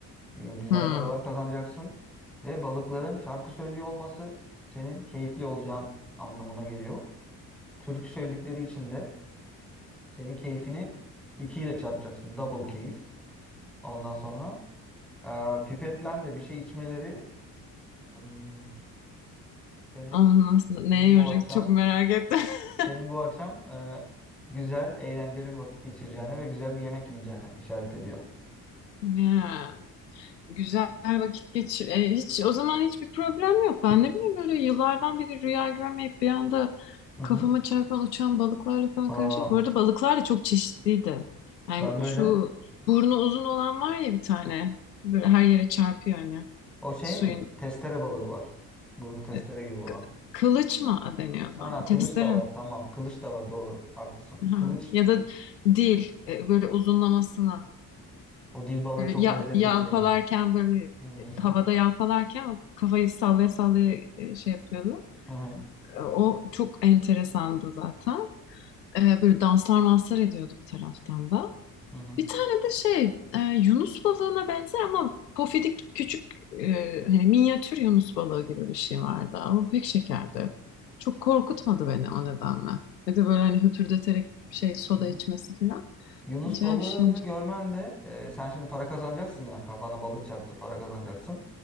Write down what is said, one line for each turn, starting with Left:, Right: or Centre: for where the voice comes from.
Centre: Hmm, Güzel
Left: Hmm.
Centre: paralar kazanacaksın ve balıkların şarkı söylüyor olması senin keyifli olacağın anlamına geliyor. Türkü söyledikleri için de senin keyfini 2 ile çarpacaksın. Double keyif. Ondan sonra ee, pipetlen de bir şey içmeleri hmm, senin
Left: Onun nasıl, neye
Centre: senin
Left: yoracak
Centre: bu akşam
Left: çok merak ettim. <laughs>
Centre: senin bu akşam e, güzel eğlenceli bir vakit geçireceğine ve güzel bir yemek yiyeceğine işaret ediyor.
Left: Ya, güzel vakit geçir. e, hiç o zaman hiçbir problem yok. Ben ne bileyim böyle yıllardan beri rüya görmeyip bir anda
Centre: Hı hı.
Left: kafama çarpan uçan balıklarla falan
Centre: Aa,
Left: karşı. Bu arada balıklar da çok çeşitliydi. Yani
Centre: ben böyle.
Left: şu burnu uzun olan var ya bir tane. Böyle her yere çarpıyor hani.
Centre: O şey
Left: Suyun
Centre: mi? Testere balığı var. Burnu testere
Left: e,
Centre: gibi olan.
Left: k- kılıç mı deniyordu
Centre: Ha
Left: ona?
Centre: kılıç
Left: Testere
Centre: da var
Left: mi?
Centre: tamam. Kılıç da var doğru. Haklısın.
Left: Aha.
Centre: Kılıç.
Left: Ya da dil e, böyle uzunlamasına
Centre: O dil balığı
Left: böyle
Centre: çok
Left: ya,
Centre: lezzetli
Left: yalpalarken
Centre: bir şey ya.
Left: böyle
Centre: Hmm.
Left: havada yalpalarken o kafayı sallaya sallaya e, şey yapıyordu.
Centre: Hı hı.
Left: E, O çok enteresandı zaten. E, Böyle danslar manslar ediyordu bir taraftan da.
Centre: Hı hı.
Left: Bir tane de şey e, Yunus balığına benzer ama pofidik küçük e, hani minyatür Yunus balığı gibi bir şey vardı. Ama pek şekerdi. Çok korkutmadı beni o nedenle. Ya da böyle hani höpürdeterek şey soda
Centre: Hı.
Left: içmesi falan.
Centre: Yunus
Left: Acayip
Centre: balığını
Left: şey.
Centre: görmen de e, sen şimdi para kazanacaksın ya kafana balık çarptı para kazanacaksın.